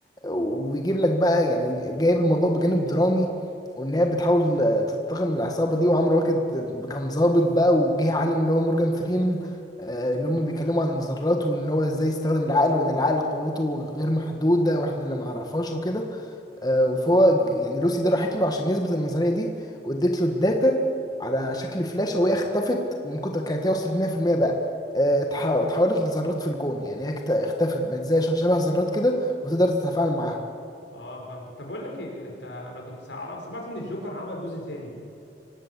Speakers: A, on the left; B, on the left.
A: وبيجيب لك بقى يعني جايب الموضوع بجانب درامي وان هي بتحاول تنتقم العصابه دي وعمرو واكد كان ظابط بقى وجه عالم اللي هو مورجان فريمان آه، اللي هم بيتكلموا عن الذرات وان هو ازاي يستخدم العقل وان العقل قوته غير محدوده واحنا اللي ما نعرفهاش وكده آه، فهو ج- يعني لوسي دي راحت له عشان يثبت النظريه دي واديت له الداتا على شكل فلاشه وهي اختفت من كتر كانت هي وصلت 100% بقى آه، اتح- اتحولت لذرات في الكون يعني هي اكت- اختفت بقت زي شبه ذرات كده وتقدر تتفاعل معاهم
B: اه فهمتك طب بقول لك ايه انت انا كنت عارف سمعت ان الجوكر عمل جزء تاني